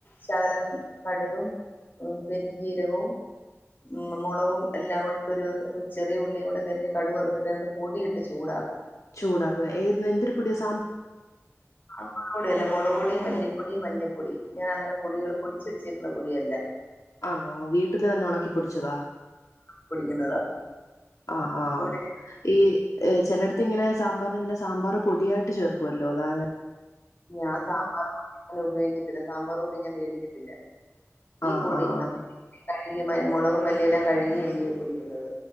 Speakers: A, on the left (about 40°); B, on the left (about 85°).
A: ശകലം കടുകും ഉം പെരിഞ്ചീരകവും ഉം മൊളവും എല്ലാം കൂടെട്ടൊരു ചെറിയ ഉള്ളിയും കൂടെ രിഞ്ഞ് കടു വറുത്തിട്ടത് പൊടിയിട്ട് ചൂടാക്കും.
B: ചൂടാക്കുക. ഏ എന്തിരു പൊടിയാസ്
A: ആ ഒടി അല്ല മൊളക് പൊടിയും മല്ലിപ് പൊടിയും മഞ്ഞപ്പൊടി. ഞാൻ അങ്ങനെ പൊടികള് പൊടിച്ച് വെച്ചേക്കുന്ന പൊടിയല്ല.
B: ആന്നോ? വീട്ടില് തന്നെ ഒണക്കിപ്പൊടിച്ചതാ?
A: പൊടിക്കുന്നതാ
B: ആ ആ
A: പൊടി
B: ഈ ഈ ചെലേടത്ത് ഇങ്ങനെ സാമ്പാറിന് ഇങ്ങനെ സാമ്പാറ് പൊടിയായിട്ട് ചേർക്കുവല്ലോ? അതാ ഞാ
A: ഞാൻ സാമ്പാറ്പൊടി അങ്ങനെ ഉപയോഗിക്ക ല്ല സാമ്പാറ്പൊടി ഞാൻ മേടിക്കത്തില്ല. ഈ
B: ആഹ്
A: ഫുഡ്
B: ആഹ്
A: അം കഴുകി മ മുളകും മല്ലിയുമെല്ലാം കഴുകിയല്ലിയോ പൊടിക്കുന്നത്